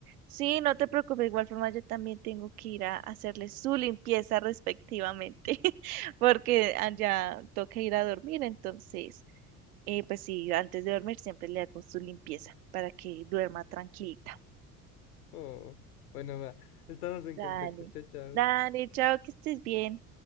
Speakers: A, on the right (about 70°); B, on the left (about 70°).
A: Sí, no te preocupes, de igual forma yo también tengo que ir a hacerle su limpieza respectivamente, <laughs> porque ah, ya toca ir a dormir, entonces, eh, pues sí, antes de dormir siempre le hago su limpieza para que duerma tranquilita.
B: Oh, bueno, va. Estamos en
A: Dale,
B: contacto. Chao, chao.
A: dale, chao, que estés bien.